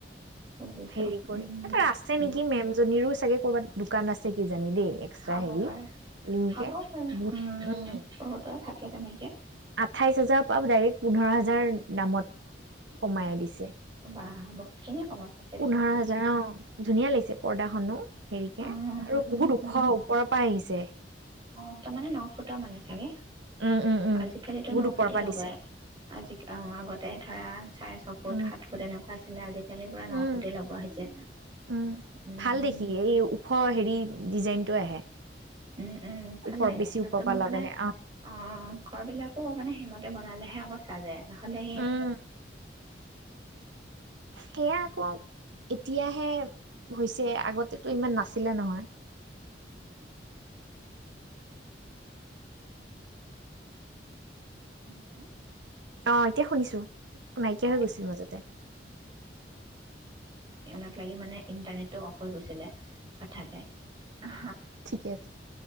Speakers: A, on the right; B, on the right.
A: বুজিছো
B: হেৰি কৰি।
A: উম।
B: ইয়াতে আছে
A: উম,
B: নেকি মেমজনীৰো। চাগে কৰৰবাত দোকান আছে কি। জানে দে। এক্সট্ৰা
A: খাব
B: হেৰী।
A: পাৰে
B: <unintelligible>
A: খাব
B: কে।
A: পাৰে উম,
B: উম্।
A: বহুতৰে থাকে তেনেকে।
B: আঠাইশ হাজাৰৰ পৰা ডাইৰেক্ট। পোন্ধৰ হাজাৰ দামত কমাই দিছে।
A: বাহ। বহুতখিনিয়ে কমত পাইছে দে।
B: পোন্ধৰ হাজাৰ অ'। ধুনীয়া লাগিছে পৰ্দাখনো। হেৰিকে
A: অ',
B: আৰু
A: উম,
B: বহুত ওখ
A: উম,
B: ওপৰ। পাই আহিছে।
A: অ' তাৰমানে ন ফুটৰ মানে চাগে।
B: উম উম উম
A: আজিকালিতো
B: বহুত
A: ন
B: ওপৰৰ
A: ফুটে
B: পৰা
A: লগায়।
B: দিছে
A: আজিক অ আগতে ধৰা চাৰে ছ ফুট
B: উম
A: সাত ফুট এনেকুৱা আছিলে আজিকালি পোৰা ন
B: উম
A: ফুটে লগোৱা হৈছে।
B: উম
A: ‌ উম
B: ভাল দেখি এই ওখ হেৰি ডিজাইনটো আহে
A: উম উম ভাল
B: ওপৰ
A: লাগে
B: বেছি
A: নতুন
B: ওপৰৰ পৰা
A: মানে
B: লগালে
A: অ ঘৰ বিলাকো মানে সেইমতে বনালে সেয়া আকৌ চাযে নহ'লে সেই
B: উম সেয়া আকৌ এতিয়াহে হৈছে আগতেতো ইমান নাছিলে নহয়।
A: শুনিছানে
B: অ এতিয়া শুনিছো নাইকিয়া
A: অ
B: হৈ গৈছিল মাজতে
A: এনত লাগি মানে ইণ্টাৰনেটটো অফ হৈ গৈছিলে হঠাতে অ
B: ঠিকে আছে